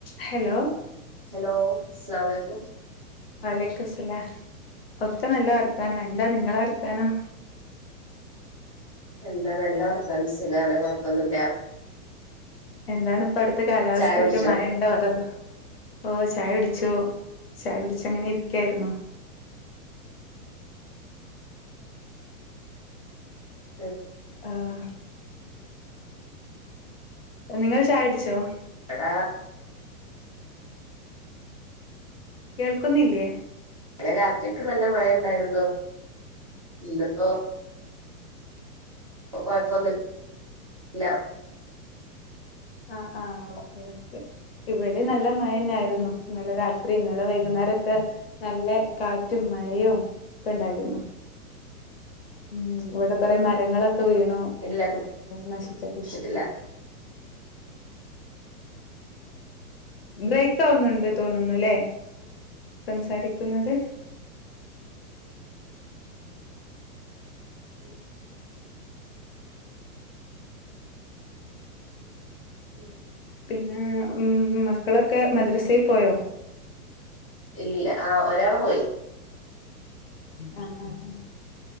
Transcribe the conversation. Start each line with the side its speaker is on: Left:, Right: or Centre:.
Left: Hello
Right: hello അസ്ലാംലക്കും
Left: വാലേക്കസ്ലാം ഒക്കെ നല്ല വാർത്ത വത്താനോ എന്താ നിങ്ങളെ വർത്താനോ
Right: എന്താ നല്ല വർത്താനം സുഖാണ് കൊഴപ്പൊന്നുല്ല
Left: എന്താണ് ഇപ്പ അടുത്തെ കാലാവസ്ഥൊക്കെ
Right: ചായ കുടിച്ചോ
Left: മഴണ്ടോ അതോ ഓ ചായ പിടിച്ചോ ചായ കുടിച്ചു അങ്ങനെ ഇരിക്കായിരുന്നു
Right: ഉം
Left: ആഹ നിങ്ങൾ ചായ ട്ച്ചോ
Right: ഇവിടെ ആ
Left: കേൾക്കുന്നില്ലേ
Right: ഇന്നലെ രാത്രിക്കെ നല്ല മഴയ ഉണ്ടായിരുന്നോ ഇന്നിപ്പോ പ്പ കൊഴപ്പൊന്ന് ല്ല
Left: ആ ആഹ ഓക്കെ ഓക്കെ ഇവിടെ നല്ല മഴ തന്നെ ആയിരുന്നു ഇന്നലെ രാത്രി ഇന്നലെ വൈകുന്നേരൊക്കെ നല്ല കാറ്റും മഴയും ഒക്കെ ഉണ്ടായിരുന്നു ഉ ഇവിടെ കുറെ മരങ്ങളൊക് ഒക്കെ വീണോ
Right: ഇല്ല
Left: നശിച്ചക്കെ
Right: കുടിച്ചിട്ടില്ല
Left: ബ്രേക്ക് ആവുന്നുണ്ട് തോന്നുന്നുല്ലേ സംസാരിക്കുന്നത്
Right: <unintelligible> ഉം
Left: പിന്നെ ഉം മക്കളൊക്കെ മദ്രസയിൽ പോയോ
Right: ഇല്ല ആഹ ഒരാള് പോയി
Left: ആ ആആ